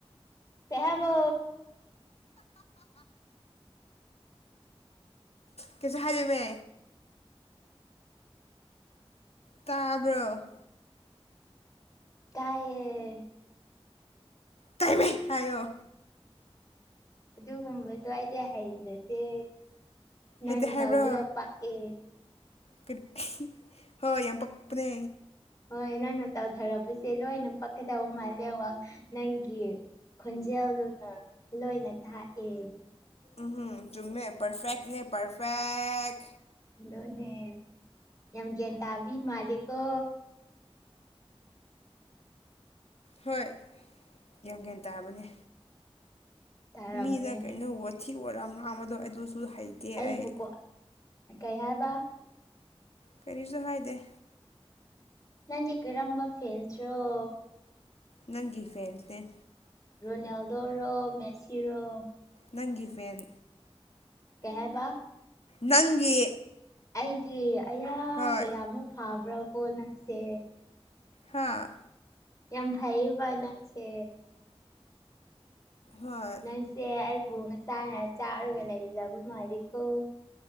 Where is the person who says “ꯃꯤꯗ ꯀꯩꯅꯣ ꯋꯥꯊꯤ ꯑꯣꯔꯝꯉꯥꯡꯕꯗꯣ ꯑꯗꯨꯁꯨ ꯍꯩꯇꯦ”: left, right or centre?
Left